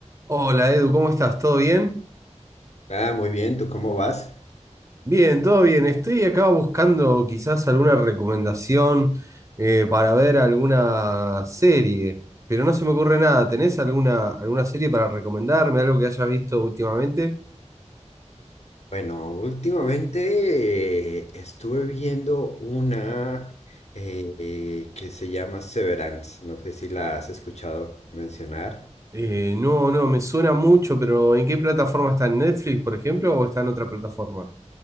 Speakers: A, on the right; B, on the left.
A: Hola Edu, ¿cómo estás? ¿Todo bien?
B: Ah, muy bien, ¿tú cómo vas?
A: Bien, todo bien. Estoy acá buscando quizás alguna recomendación eh, para ver alguna serie, pero no se me ocurre nada. ¿Tenés alguna, alguna serie para recomendarme? ¿Algo que hayas visto últimamente?
B: Bueno, últimamente eh, estuve viendo una eh, que se llama Severance. No sé si la has escuchado mencionar.
A: Eh, no, no, me suena mucho, pero ¿en qué plataforma está? ¿En Netflix, por ejemplo, o está en otra plataforma?